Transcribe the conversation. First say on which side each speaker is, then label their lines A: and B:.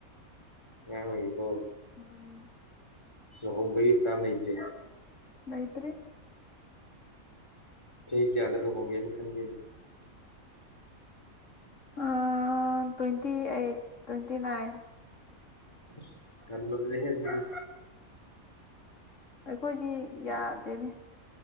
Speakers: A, on the left (about 20°); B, on the left (about 55°).
A: ꯑꯉꯥꯡ ꯑꯣꯏꯔꯤꯀꯣ
B: ꯎꯝ
A: ꯂꯨꯍꯣꯡꯕꯒꯤ ꯄ꯭ꯔꯥꯟ ꯂꯩꯇꯦ
B: ꯂꯩꯇꯔ꯭ꯦ
A: ꯆꯍꯤ ꯀꯌꯥꯗ ꯂꯨꯍꯣꯡꯒꯦꯅ ꯈꯟꯒꯦ
B: ꯑꯥ ꯇꯣꯏꯟꯇꯤ ꯑꯩꯠ ꯇꯣꯏꯟꯇꯤ ꯅꯥꯏꯟ
A: ꯑꯁ ꯉꯟꯃꯜꯂꯦꯍꯦ ꯑꯗꯨꯗꯤ
B: ꯑꯩꯈꯣꯏꯗꯤ ꯌꯥꯗꯦꯅꯦ